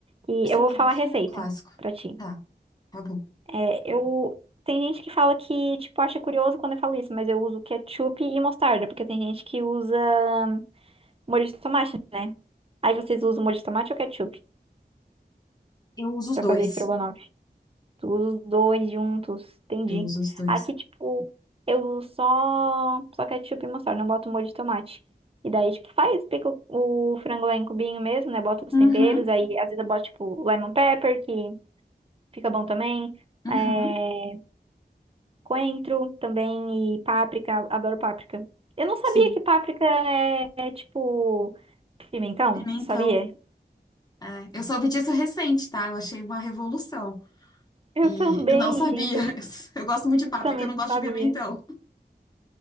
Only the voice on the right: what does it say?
E
eu vou falar a receita
pra ti.
É, eu tem gente que fala que, tipo, acha curioso quando eu falo isso, mas eu uso ketchup e mostarda, porque tem gente que usa molho de tomate, né? Aí vocês usam molho de tomate ou ketchup
pra
fazer estrogonofe? Os dois juntos, entendi.
Aqui, tipo, eu só só ketchup e mostarda, não boto molho de tomate. E daí, tipo, faz, pica o o frango lá em cubinho mesmo, né? Bota os
temperos, aí às vezes eu boto, tipo, lemon pepper, que fica bom também.
É, coentro também e páprica, adoro páprica. Eu não sabia
que páprica é, é, tipo pimentão,
sabia?
Eu
também,
gente,
eu
também
não
sabia.